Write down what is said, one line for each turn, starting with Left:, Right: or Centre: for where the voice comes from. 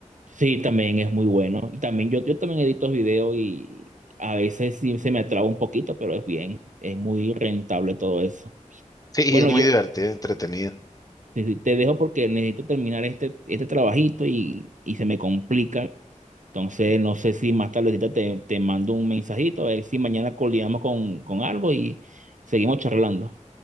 Right: Sí, también es muy bueno. Y También yo, yo también edito videos y a veces sí se me traba un poquito, pero es bien, es muy rentable todo eso.
Left: Sí,
Right: Bueno,
Left: es muy
Right: yo
Left: divertido, entretenido.
Right: te te dejo porque necesito terminar este, este trabajito y, y se me complica. Entonces, no sé si más tardecita te, te mando un mensajito, a ver si mañana coordinamos con, con algo y seguimos charlando.